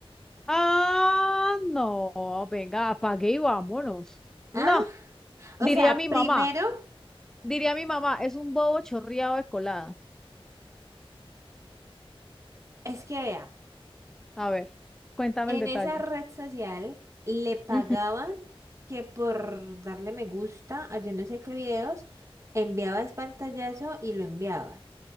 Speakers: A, in the centre; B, on the right.
A: Ah, no, venga, apague y vámonos.
B: ¿Ah?
A: No, diría
B: O sea,
A: mi
B: primero
A: mamá, diría mi mamá, es un bobo chorreado de colada.
B: es que vea,
A: A ver, cuéntame
B: en
A: el detalle.
B: esa red social le pagaban
A: Ujú,
B: que por darle me gusta a yo no sé qué videos, enviabas pantallazo y lo enviabas,